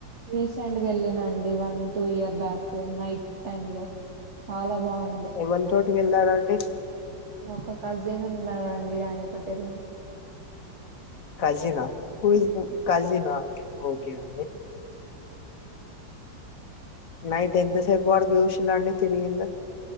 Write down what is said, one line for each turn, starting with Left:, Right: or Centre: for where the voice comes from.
Right: రీసెంట్గాలినండి one two year back night టైంలో చాలా బాగు
Left: ఎవ్వాతోటి వెళ్లారండి
Right: ఒక కజిన్లాగండి ఆయనతోటివెళ్లిన
Left: కజినా కాజీనా ఓకే అండి నైట్ ఎంత సేపు వడ చూసింరండి తిరిగింరు